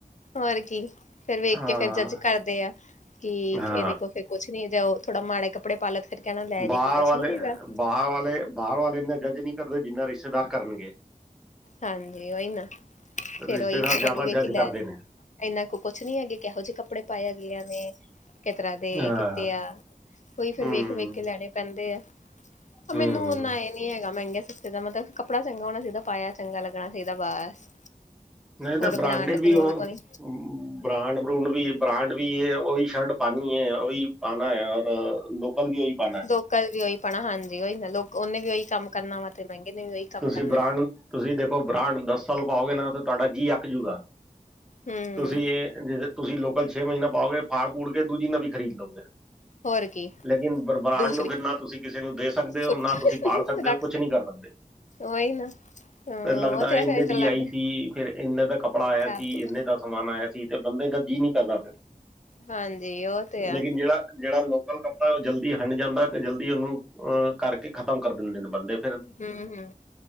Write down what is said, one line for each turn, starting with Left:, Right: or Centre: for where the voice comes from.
Left: ਹੋਰ ਕੀ, ਫੇਰ ਵੇਖ
Centre: ਹਾਂ
Left: ਕੇ ਫੇਰ ਜੱਜ ਕਰਦੇ ਆ ਕਿ ਇਹਦੇ
Centre: ਹਾਂ
Left: ਕੋਲ ਤੇ ਕੁਛ ਨਹੀ ਜਾਓ ਥੋੜਾ ਮਾੜੇ ਕੱਪੜੇ ਲੋ, ਫੇਰ ਕਹਿਣਾ ਲੈ ਦੇਖੋ
Centre: ਬਾਹਰ
Left: ਕੁਛ
Centre: ਵਾਲੇ
Left: ਨੀ ਹੈਗਾ।
Centre: ਬਾਹਰ ਵਾਲੇ, ਬਾਹਰ ਵਾਲੇ ਇਨਾ ਜੱਜ ਨੀ ਕਰਦੇ, ਜਿੰਨਾ ਰਿਸ਼ਤੇਦਾਰ ਕਰਨਗੇ।
Left: ਹਾਂਜੀ, ਉਹੀ ਨਾ, ਫੇਰ
Centre: ਰਿਸ਼ਤੇਦਾਰ
Left: ਉਹੀ
Centre: ਜ਼ਿਆਦਾ
Left: ਬੋਲੂਗੇ
Centre: ਜੱਜ
Left: ਕਿ ਲੈ
Centre: ਕਰਦੇ ਨੇ
Left: ਇਹਨਾਂ ਕੋ ਕੁਛ ਨੀ ਹੈਗੇ, ਕਿਹੋ ਜਿਹੇ ਕੱਪੜੇ ਪਾਏ ਹੈਗੇ ਨੇ। ਕਿਸ ਤਰ੍ਹਾਂ ਦੇ,
Centre: ਹਾਂ
Left: ਕਿੱਤੇ ਆ, ਕੋਈ ਫਿਰ
Centre: ਹੂੰ
Left: ਵੇਖ ਵੇਖ ਕੇ ਲੈਣੇ ਪੈਂਦੇ ਆ।
Centre: ਹੂੰ
Left: ਮੈਨੂੰ ਉਨ੍ਹਾਂ ਇਹ ਨੀ ਹੈਗਾ ਮਹਿੰਗਾ ਸਸਤੇ ਦਾ, ਮਤਲਬ ਕੱਪੜਾ ਚੰਗਾ ਹੋਣਾ ਚਹੀਦਾ ਪਾਇਆ। ਚੰਗਾ ਲੱਗਣਾ ਚਾਹੀਦਾ ਬਸ
Centre: ਨਹੀਂ ਤੇ
Left: ਹੋਰ
Centre: ਬਰਾਂਡਿਡ
Left: ਬ੍ਰਾਂਡ
Centre: ਵੀ
Left: ਬਰੂੰਡ
Centre: ਉਹ
Left: ਤੋਂ ਨੀ
Centre: ਬ੍ਰਾਂਡ ਬਰੂਡ ਵੀ, ਬ੍ਰਾਂਡ ਵੀ ਉਹੀ ਸ਼ਰਟ ਪਾਨੀ ਹੈ, ਉਹੀ ਪਾਣਾ ਹੈ, ਔਰ ਲੋਕਲ ਵੀ ਉਹੀ ਪਾਨੀ।
Left: ਲੋਕਲ ਵੀ, ਉਹੀ ਪੈਣਾ ਹਾਂਜੀ, ਉਹੀ ਨਾ ਲੁੱਕ ਉਹਨੇ ਵੀ ਉਹੀ ਕੰਮ ਕਰਨਾ ਵਾ, ਤੇ ਮਹਿੰਗੇ ਨੇ ਵੀ ਉਹੀ ਕੰਮ
Centre: ਤੁਸੀਂ
Left: ਕਰਨਾ
Centre: ਬ੍ਰਾਂਡ ਤੁਸੀਂ ਦੇਖੋ ਬ੍ਰਾਂਡ ਦਸ ਸਾਲ ਪਾਓਗੇ ਨਾ, ਤੇ ਤੁਹਾਡਾ ਜੀਅ ਆੱਕ ਜਾਉਗਾ।
Left: ਹੂੰ
Centre: ਤੁਸੀਂ ਇਹ ਜੇ ਤੁਸੀਂ ਲੋਕਲ ਛੇ ਮਹੀਨਾ ਪਾਓਗੇ, ਫਾੜ ਫੁੜ ਕੇ ਦੂਜੀ ਨਵੀ ਖਰੀਦ ਲਓਗੇ
Left: ਹੋਰ ਕੀ
Centre: ਲੇਕਿਨ ਬ੍ਰਾਂਡ
Left: ਦੂਸਰੀ
Centre: ਨੂੰ ਨਾ ਤੁਸੀਂ ਕਿਸੇ ਨੂੰ ਦੇ ਸਕਦੇ
Left: ਸੁੱਟ
Centre: ਹੋ਼, ਨਾ ਤੁਸੀਂ ਫਾੜ ਸਕਦੇ
Left: ਰੱਖ
Centre: ਹੋ, ਕੁਛ ਨਹੀਂ ਕਰ ਸਕਦੇ
Left: ਉਹੀ ਨਾ ਹਾਂ
Centre: ਫਿਰ ਲੱਗਦਾ
Left: ਉਹ ਤੇ
Centre: ਇੰਨੇ
Left: ਆ ਫੇਰ
Centre: ਦੀ
Left: ਲੱਗਦਾ
Centre: ਆਈ ਸੀ, ਫੇਰ ਇੰਨੇ ਦਾ ਕੱਪੜਾ ਆਇਆ
Left: ਖ਼ਰਾਬ
Centre: ਸੀ, ਇੰਨੇ ਦਾ ਸਮਾਨ ਆਇਆ ਸੀ, ਬੰਦੇ ਦਾ ਜੀਅ ਨਹੀਂ ਕਰਦਾ ਫਿਰ,
Left: ਹਾਂਜੀ ਉਹ ਤੇ ਆ
Centre: ਲੇਕਿਨ ਜਿਹੜਾ ਜਿਹੜਾ ਲੋਕ ਕੱਪੜਾ ਉਹ ਜਲਦੀ ਹੰਡ ਜਾਂਦਾ, ਤੇ ਜਲਦੀ ਉਹਨੂੰ ਕਰਕੇ ਖ਼ਤਮ ਕਰ ਦਿੰਦੇ ਨੇ ਬੰਦੇ ਨੂ
Left: ਹੂ -ਹੂ